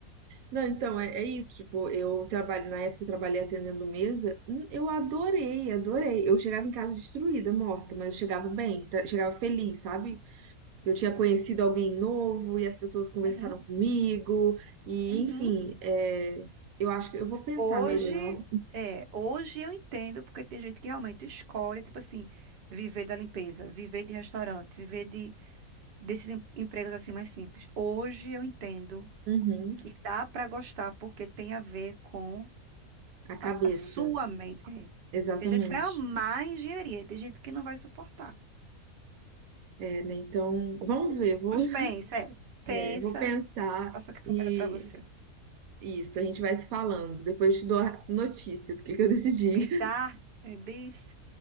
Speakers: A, on the right; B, on the right.
A: Não, então, é, é isso. Tipo, eu trabalho, na época eu trabalhei atendendo mesa, hum, eu adorei, adorei. Eu chegava em casa destruída, morta, mas eu chegava bem, tra- chegava feliz, sabe? Eu tinha conhecido alguém novo e as pessoas conversaram
B: Uhum,
A: comigo, e
B: uhum.
A: enfim, é, eu acho que eu vou pensar
B: Hoje,
A: melhor.
B: é, hoje eu entendo porque tem gente que realmente escolhe, tipo assim, viver da limpeza, viver de restaurante, viver de desses em- empregos assim mais simples. Hoje eu entendo
A: Uhum,
B: que dá pra gostar porque tem a ver com
A: a cabeça,
B: a, a sua mente. É.
A: exatamente.
B: Tem gente que vai amar a engenharia, e tem gente que não vai suportar.
A: É, né? Então, vamos ver, vou,
B: Mas
A: <laughs>
B: pensa, é,
A: é,
B: pensa,
A: vou pensar
B: faça o que for
A: e.
B: melhor pra você.
A: Isso, a gente vai se falando. Depois eu te dou a notícia do que que eu decidi.
B: Me dá, me diz.